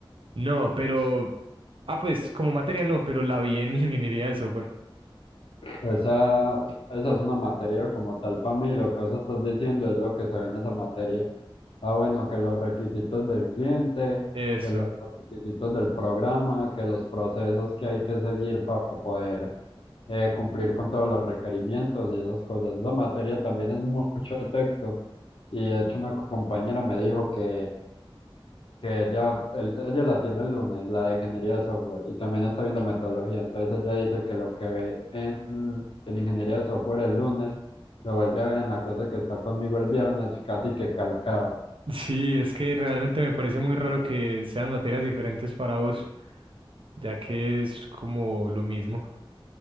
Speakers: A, on the right; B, on the left.
A: No, pero... Ah, pues como materia no, pero la vi en <laughs> ingeniería de software.
B: Esa, esa es una materia como tal para mí, lo que vos estás diciendo es lo que se ve en esa materia. Ah, bueno, que los requisitos del cliente,
A: Eso.
B: que los requisitos del programa, que los procesos que hay que seguir para poder eh, cumplir con todos los requerimientos y esas cosas. Esa materia también es mucho texto. Y de hecho una compañera me dijo que que ella, el- ella la tiene el lunes, la de ingeniería de software, y también está viendo metodología. Entonces ella dice que lo que ve en, en ingeniería de software el lunes, lo vuelve a ver en la clase que está conmigo el viernes, casi que calcado.
A: Sí, es que realmente me parece muy raro que sean materias diferentes para vos, ya que es como lo mismo.